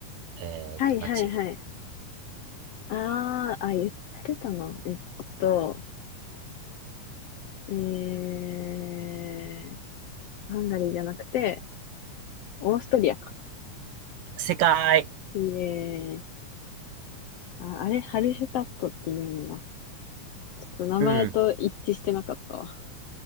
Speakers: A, on the right; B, on the left.
A: えっと、
B: あ、はいはいはい。
A: 街。
B: ああ、あ、言ってたな。えっと、えー、ハンガリーじゃなくて、オーストリアか。
A: 世界。
B: いえー、あ、あれ、ハルシュタットっていうんだ。ちょっと名前と一致してなかったわ。
A: うん、うん、